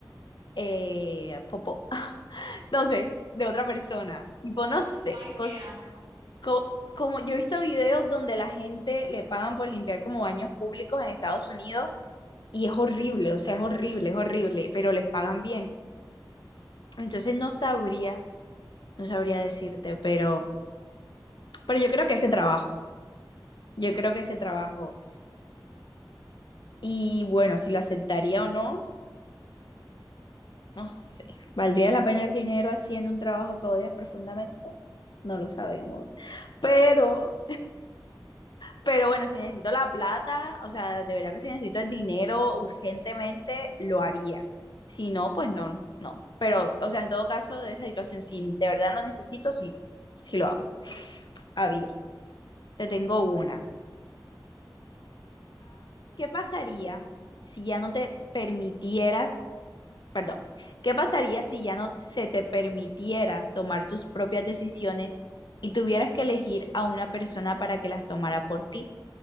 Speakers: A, on the left (about 65°); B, on the right (about 75°).
A: eh, popo, <laughs> no sé, de otra persona. Tipo, no sé,
B: Ay, qué
A: cosas
B: asco.
A: co- como yo he visto videos donde la gente le pagan por limpiar como baños públicos en Estados Unidos y es horrible, o sea, es horrible, es horrible, pero les pagan bien. Entonces no sabría, no sabría decirte, pero, pero yo creo que ese trabajo, yo creo que ese trabajo. Y bueno, si lo aceptaría o no, no sé. ¿Valdría la pena el dinero haciendo un trabajo que odias profundamente? No lo sabemos. Pero Pero bueno, si necesito la plata, o sea, de verdad que si necesito el dinero urgentemente, lo haría. Si no, pues no, no. Pero, o sea, en todo caso, de esa situación, si de verdad lo necesito, sí, sí lo hago. A ver, te tengo una. ¿Qué pasaría si ya no te permitieras, perdón, qué pasaría si ya no se te permitiera tomar tus propias decisiones y tuvieras que elegir a una persona para que las tomara por ti?